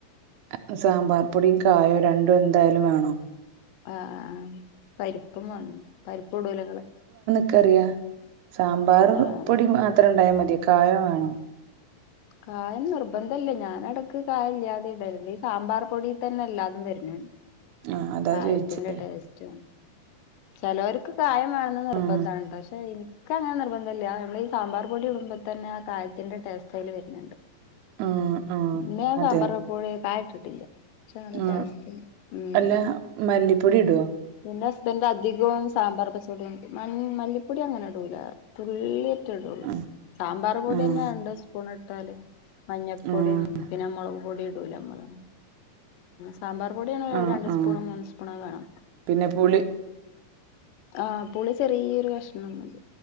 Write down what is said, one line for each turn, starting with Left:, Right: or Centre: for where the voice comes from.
Right: അപ്പം സാമ്പാർ പൊടിം കായോ രണ്ടും എന്തായാലും വേണോ?
Left: ആഹ് പരിപ്പും വാണം പരിപ്പ് ഇടൂലെ ഇങ്ങള്
Right: ക്കറിയാ സാമ്പാറ്
Left: ആഹ്
Right: പൊടി മാത്രം ഇണ്ടായ മതിയോ കായം വേണോ?
Left: കായം നിർബന്ധല്ല ഞാനെടെക്ക് കായ ഇല്ലാതെ ഇടല്ണ്ട് ഈ സാമ്പാറ് പൊടി തന്നെ എല്ലാതും വെര്ന്ണ്ട്
Right: ആ അതാ
Left: കായത്തിന്റെ
Right: ചോയിച്ചേ
Left: ടേസ്റ്റും ചിലൊർക്ക് കായം വേണെന്ന് നിർബന്ധണ്ട്ടൊ
Right: ഉം
Left: ക്ഷെ ഇൻക്ക് അങ്ങനെ നിർബന്ധം ഇല്ല നമ്മളെ ഈ സാമ്പാറ് പൊടി ഇടുമ്പ ത ന്നെ ആ കായത്തിന്റെ ടേസ്റ്റ് അയ്ല് വെരു ണ്ട്
Right: ഉം ഉം
Left: ഇന്ന്
Right: അതെ
Left: സാമ്പാറ് വെപ്പോടെ കായം ഇട്ടിട്ടില്ല. ച്ചാ നല്ല
Right: ഉം
Left: ടെസ്റ്റ്ണ്ട് ഉം
Right: അല്ല മല്ലിപ്പൊടി ഇടോ
Left: പിന്നെ ഇപ്പ എന്റെ അധികും സാമ്പാറ് പച്ച പൊടിയ മല്ലിപ്പൊടി അങ്ങനെ ഇടൂല തുള്ളി റ്റെ ഇടുള്ളൂ
Right: ഉം
Left: സാമ്പാറ് പൊടിന്നെ
Right: ഉം
Left: രണ്ട് സ്പൂണ് ഇട്ടാല് മഞ്ഞപ്പൊടിം,
Right: ഉം
Left: പിന്നെ മോളക് പൊടിം ഇടൂല അമ്മള് സാമ്പാറ് പൊടിയാണ്
Right: ആ
Left: രണ്ട്
Right: ആ
Left: സ്പൂണും മൂന്ന് സ്പൂണും വേണം.
Right: പിന്നെ പുളി
Left: ആഹ് പുളി ചെറീയൊരു കഷ്ണം മതി.